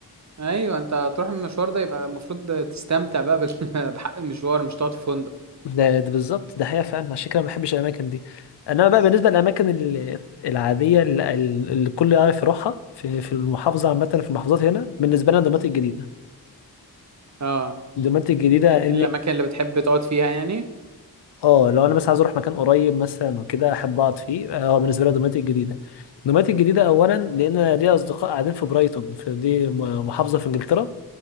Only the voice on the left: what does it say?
ده, ده بالظبط ده حقيقة فعلا عشان كده ما بحبش الأماكن دي أنا بقى بالنسبة للأماكن ال- العادية اللي, اللي الكل يعرف يروحها في, في المحافظة عامة في المحافظات هنا بالنسبة لنا دوماتي الجديدة
دوماتي الجديدة
إن
اه لو أنا مثلا عايز أروح مكان قريب مثلا وكده أحب أقعد فيه اه بالنسبة لي دوماتي الجديدة دوماتي الجديدة أولا لأن أنا ليا أصدقاء قاعدين في برايتون في دي م- محافظة في إنجلترا